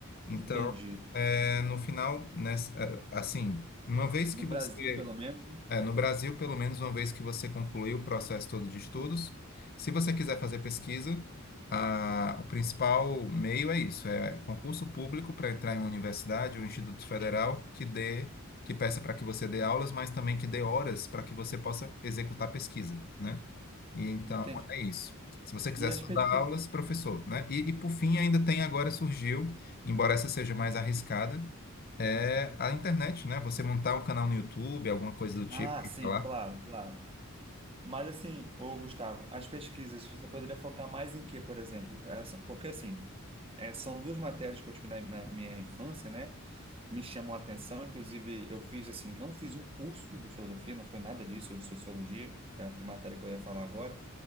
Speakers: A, on the left; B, on the right.
A: Então,
B: entendi.
A: eh, no final, né, assim, uma vez
B: No
A: que
B: Brasil,
A: você
B: pelo menos, né?
A: é, no Brasil, pelo menos uma vez que você concluiu o processo todo de estudos, se você quiser fazer pesquisa, ah, o principal meio é isso, é concurso público para entrar em uma universidade ou instituto federal que dê, que peça para que você dê aulas, mas também que dê horas para que você possa executar pesquisa, né? E então
B: entendi.
A: é isso. Se você quiser
B: E as
A: só
B: pesquisas?
A: dar aulas, professor, né? E, e por fim, ainda tem agora surgiu, embora essa seja mais arriscada, é a internet, né? Você montar um canal no YouTube, alguma coisa do tipo,
B: Ah,
A: e
B: sim,
A: falar.
B: claro, claro. Mas assim, ô Gustavo, as pesquisas, você poderia focar mais em quê, por exemplo? É, são- Porque assim, é, são duas matérias que eu tive na, na minha infância, né? Me chamam a atenção, inclusive eu fiz assim, não fiz um curso de filosofia, não foi nada disso, ou de sociologia, que é a que matéria que eu ia falar agora,